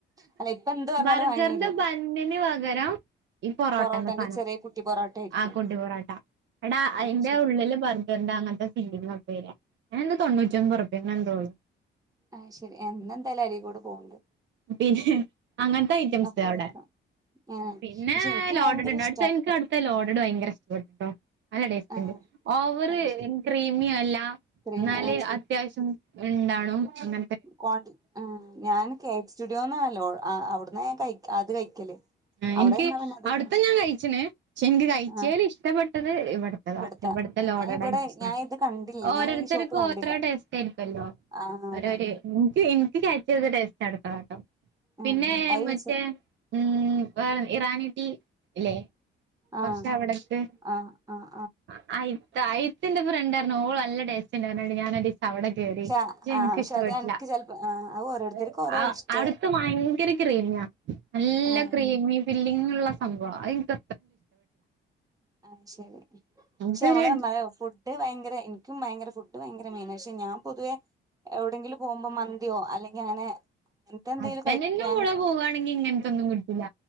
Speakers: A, on the right; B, on the right.
A: അല്ല ഇപ്പൊ എന്ത് പറഞ്ഞാലും
B: ബർഗറ്ന്റെ
A: വാങ്ങി വരും
B: ബന്നിന് പകരം !
A: പൊറോട്ടന്റെ
B: !!
A: ചെറിയ
B: !
A: കുട്ടി പൊറോട്ട
B: !
A: ആയിരിക്കും
B: !!!!!
A: അത്
B: ഗർന്റെ
A: ശരി
B: അങ്ങത്തെ ഫില്ലിങ്ങൊക്കെ വര്യാ അയിനെന്താ തൊണ്ണൂറ്റിയൊമ്പുറ്പ്പ്യെ അങ്ങനെന്തോള്ളു
A: അയ്ശെരി ഏഹ് ഇന്നന്തായാലും അരീക്കോട് പോവ്ണ്ട്
B: പിന്നെ അങ്ങത്തെ ഐറ്റംസ്ട്
A: അപ്പൊ പോയേക്കാം
B: അവടെ
A: ആഹ്
B: പിന്നെ
A: പക്ഷെ എനിക്ക്
B: ലോഡഡ്ണ്ട്
A: ഭയങ്കര ഇഷ്ടാ
B: ആട്ത്തെ ഇന്ക്ക് ആട്ത്തെ ലോഡഡ് ഭയങ്കര ഇഷ്ടപ്പെട്ട്ട്ടോ നല്ല ടേസ്റ്റ്ണ്ട്
A: ആഹ്
B: ഓവറ്
A: അത് ശരി
B: ക്രീമിയല്ലാ
A: ക്രീമി
B: ഇന്നാല്
A: ആ
B: അത്യാവശ്യം ഇണ്ടാണും അങ്ങ
A: കോണ്ടി ആഹ് ഞാൻ കേക്ക് സ്റ്റുഡിയോന്നാ ലോ ആഹ് അവ്ട്ന്നാ ഞാൻ കഴി അത് കഴിക്കല്
B: ആഹ്
A: അവിടെ
B: ഇന്ക്കി
A: നിന്നാ പിന്നെ അതുകൊണ്ട്
B: അവട്ത്തെ
A: പ്രശ്നം
B: ഞാൻ കഴിച്ച്ന് പക്ഷേ ഇൻക്ക് കഴിച്ചേല്
A: ആഹ്
B: ഇഷ്ടപ്പെട്ടത് ഇവട് ത്തതാ
A: ഇവിടുത്തെ
B: ഇവട്ത്തെ ലോഡഡാ
A: ഞാൻ ഇവിടെ
B: ഇൻക്കിഷ്ടം
A: ഞാൻ ഇത് കണ്ടില്ല
B: ഓരോര്ത്തര്ക്കും
A: ഞാൻ ഈ ഷോപ്പ് കണ്ടില്ല
B: ഓരോ ടേസ്റ്റായിരിക്കൊല്ലോ
A: ആഹ്
B: ഒരോര്
A: അതെ അതെ
B: ഇൻക്ക് ഇൻക്ക് കഴിച്ചത് ടേസ്റ്റാണ്ട്ടോ <unintelligible>
A: ആഹ്
B: പിന്നെ
A: അത്
B: മറ്റേ
A: വിച
B: ഉം വേറെ ഇറാനി റ്റീ ഇല്ലെ
A: ആഹ്
B: കൊറ്ച്ച് അവിടട്ട്
A: ആഹ് ആഹ്
B: ആഹ് ആ ഇത്താ ഇത്തന്റെ ഫ്രണ്ടാരുന്നു ഓള് നല്ല ടേസറ്റ്ണ്ട്ന്നർഞ്ഞാണ്ട് ഞാനത് അവടെ കേറി
A: പക്ഷെ
B: ക്ഷേ
A: ആഹ്
B: ഇന്ക്ക്
A: പക്ഷെ
B: ഇഷ്ടപ്പെട്ട്ല്ലാ
A: അത് അനക്ക് ചെലപ്പോ ആഹ് അത് ഓരോരുത്തർക്കും
B: അഹ്
A: ഓരോ
B: ആവ്
A: ഇഷ്ട
B: അവ്ട്ത്തെ ഭയങ്കരെ ക്രീമിയാ നല്ല
A: ആഹ്
B: ക്രീമി ഫില്ലിങ്ങ്ള്ള സംഭവാ അഹ് ഇന്ക്ക
A: അഹ് ശരി
B: ഇതൊരു
A: ക്ഷേ <unintelligible> ഫു ഡ്‌ വയങ്കരെ ഇന്ക്കും ഭയങ്കരെ ഫുഡ് വയങ്കര മെയിനാ പക്ഷേ ഞാൻ പൊതുവെ എവ്ടെങ്കിലും പോവുമ്പം മ ന്തിയോ അല്ലെങ്കി അങ്ങനെ. അങ്ങനത്തെ എന്തെലും
B: ഹസ്ബന്റിന്റെ
A: കഴിക്കാന്
B: കൂടെ പോവാണെങ്കി ഇങ്ങൻ ത്തൊന്നും കി ഇല്ല.